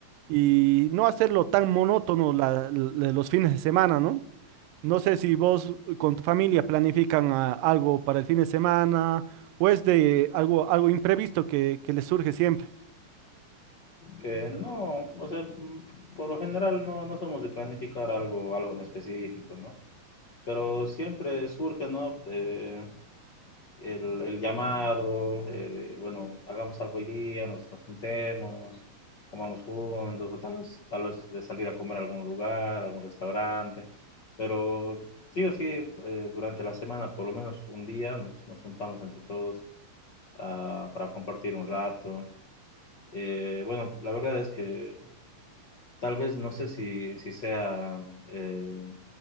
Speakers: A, on the right; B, on the left.
A: y no hacerlo tan monótono la- la- los fines de semana, ¿no? No sé si vos eh, con tu familia planifican ah, algo para el fin de semana o es de algo, algo imprevisto que que les surge siempre.
B: Eh, no, o sea, mm, por lo general no, no somos de planificar algo, algo en específico, ¿no? Pero siempre surge, ¿no? De, el, el llamado, eh, de, bueno, hagamos algo hoy día, nos, nos juntemos, comamos juntos, o tal vez, tal vez de salir a comer a algún lugar, a algún restaurante, pero sí o sí, eh, durante la semana, por lo menos un día, nos, nos juntamos entre todos ah, para compartir un rato. Eh, bueno, la verdad es que tal vez no sé si, si sea eh,